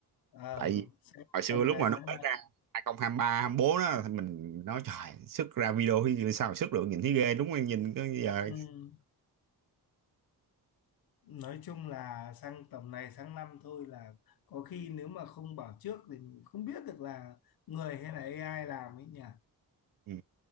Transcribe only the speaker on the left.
ờ,
xem
tầm
này
sáng
mai. nói chung là sang tầm này sang năm thôi là có khi nếu mà không bảo trước thì mình không biết được là người hay là AI làm ấy nhỉ